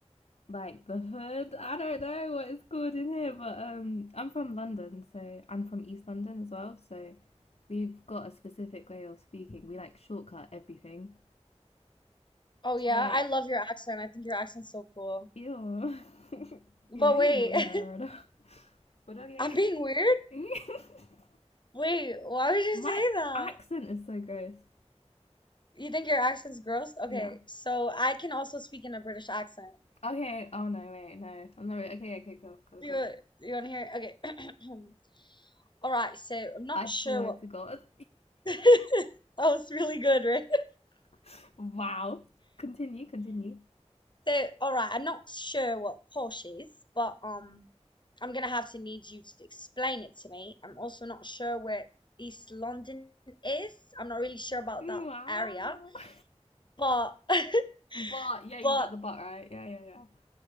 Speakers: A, on the left; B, on the left.
A: like the hood. I don't know what it's called in here, but um, I'm from London, so I'm from East London as well. So we've got a specific way of speaking. We like shortcut everything.
B: Oh
A: So
B: yeah,
A: like,
B: I love your accent. I think your accent's so cool.
A: ew, <laughs>
B: But
A: you're
B: wait,
A: weird.
B: <laughs>
A: But okay,
B: I'm being weird?
A: <laughs>
B: Wait, why would you
A: my
B: say that?
A: accent is so gross.
B: You think your accent's gross? Okay,
A: Yeah.
B: so I can also speak in a British accent.
A: Okay. Oh no, wait, no, I'm not. Re- okay, okay, go, go,
B: Do
A: go.
B: you, you want to hear? it? Okay. <clears throat> All right, so I'm not
A: I swear
B: sure what
A: to God,
B: <laughs> That was really good, right?
A: <laughs> Wow. Continue, continue.
B: So, all right, I'm not sure what posh is, but um, I'm gonna have to need you to explain it to me. I'm also not sure where East London is. I'm not really sure about
A: Wow.
B: that area,
A: <laughs>
B: but <laughs>
A: But yeah, you
B: but
A: got the but right. Yeah, yeah, yeah.